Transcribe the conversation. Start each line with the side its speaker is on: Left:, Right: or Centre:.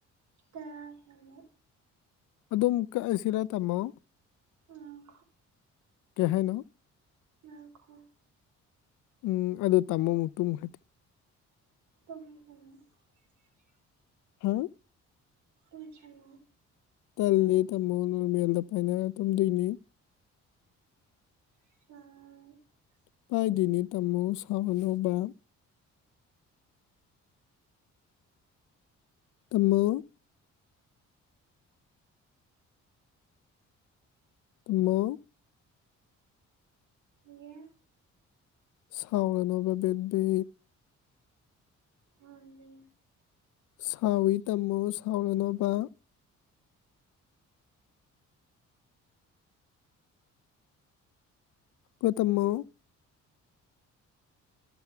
Right: ꯇꯔꯥ ꯍꯦꯜꯂꯦ
Left: ꯑꯗꯨꯝ ꯀꯛꯑꯁꯤꯔ ꯊꯝꯃꯣ
Right: ꯎꯝ
Left: ꯀꯩꯍꯥꯏꯅꯣ
Right: ꯉꯥꯏꯈꯣ
Left: ꯎꯝ ꯑꯗꯨ ꯇꯃꯣꯃꯨꯛ ꯇꯨꯝꯈꯔꯗꯤ
Right: <unintelligible>
Left: ꯍꯥ
Right: ꯑꯣꯏꯖꯅꯣ
Left: ꯇꯜꯂꯦ ꯇꯝꯃꯣ ꯅꯣꯔꯃꯦꯜꯗ ꯄꯥꯏꯅꯔ ꯇꯨꯝꯗꯣꯏꯅꯤ
Right: ꯑꯥ
Left: ꯄꯥꯏꯗꯣꯏꯅꯦ ꯇꯥꯃꯣ ꯁꯥꯎꯔꯅꯣꯕ ꯇꯨꯝꯃꯣ ꯇꯨꯝꯃꯣ
Right: ꯉꯦ
Left: ꯁꯥꯎꯔꯅꯣꯕ ꯕꯦꯕꯤ
Right: ꯉꯜꯂꯤ
Left: ꯁꯥꯎꯋꯤ ꯇꯃꯣ ꯁꯥꯎꯔꯅꯣꯕ ꯀꯣꯜꯊꯝꯃꯣ